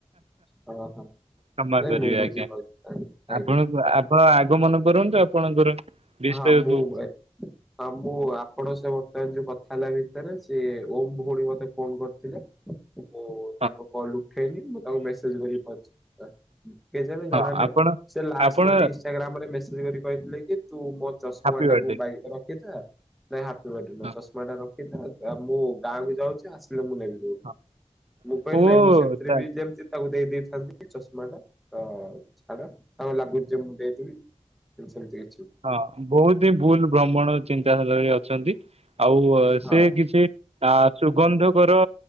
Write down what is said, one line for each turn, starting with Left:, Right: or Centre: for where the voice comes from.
Centre: ହଁ ହଁ
Right: କ୍ଷମା
Centre: ନାଇଁ
Right: କରିବେ
Centre: ମୁଁ ବୁଝିପାରୁଛି
Right: ଆଜ୍ଞା,
Centre: ଆଜ୍ଞା ଆଜ୍ଞା
Right: ଆପଣ ଆପଣ ଆଗ ମନ କରନ୍ତୁ। ଆପଣଙ୍କର ବିଷୟକୁ
Centre: ହଁ ମୁଁ ହଁ ମୁଁ ଆପଣ ସେ ବର୍ତ୍ତମାନ ଯୋଉ କଥା ହେଲା ବି ସେ ଓମ ଭଉଣୀ ମତେ ଫୋନ୍ କରିଥିଲେ। ମୁଁ
Right: ହ <inaudible>
Centre: ତାଙ୍କ କଲ ଉଠେଇନି ମୁଁ ତାଙ୍କୁ ମେସେଜ କରିକି କହୁଛି। ନିଜକୁ
Right: ହଁ
Centre: ଜଣା ନାହିଁ
Right: ଆପଣ
Centre: ସେ ଲା
Right: ଆପଣ
Centre: ମତେ ଇନଷ୍ଟାଗ୍ରାମ ରେ ମେସେଜ୍ କରି କହିଥିଲେ କି? ତୁ ମୋ ଚଷମା
Right: ହାପି
Centre: ଟାକୁ
Right: ବାର୍ଥଡେ।
Centre: ବାଇ ରଖିଥା ନାଇଁ ହାପି ବାଥ ଡେ ନୁହେଁ
Right: ହଁ
Centre: ଚଷମା ଟା ର ମୁଁ ଗାଁକୁୁ ଯାଉଛି ଆସିଲେ ମୁଁ ନେଇବି। ମୋବାଇଲ
Right: ହଁ ଓ
Centre: ନାଇଁ ମୁଁ ସେମିତିରେ
Right: ତା-
Centre: ବି ଯେମତି ତାକୁ ଦେଇ ଦେଇଥାନ୍ତି ଚଷମା ଟା ତ ଛାଡ କଣ ଲାଗୁଛି? ଯେ ମୁଁ ଦେଇଥିଲି କିନ୍ତୁ ସେମିତି କି
Right: ହଁ ବହୁତ ହିଁ ଭୁଲ ଭ୍ରମଣ ଚିନ୍ତାଧାରରେ ଅଛନ୍ତି। ଆଉ
Centre: ହଁ
Right: ସେ କିଛି ଆ ସୁଗନ୍ଧକର